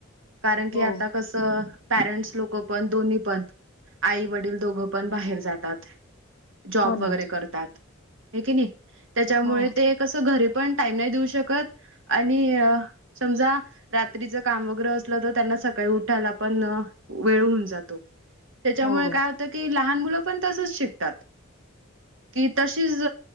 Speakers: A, on the right; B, on the left.
A: कारण
B: हो
A: की आता कसं. पॅरेंट्स लोक पण दोन्ही पण आई वडील दोघं पण बाहेर जातात. जॉब
B: हो
A: वगैरे
B: ना
A: करतात आहे की नाही त्याच्यामुळे
B: हो
A: ते कसं घरी पण टाईम नाही देऊ शकत आणि समजा रात्रीच काम वगैरे असल तर सकाळी उठायला पण वेळ होऊन जातो त्याच्यामुळे
B: हो
A: काय होतंय की लहान मुलं पण तसच शिकतात कि तशीच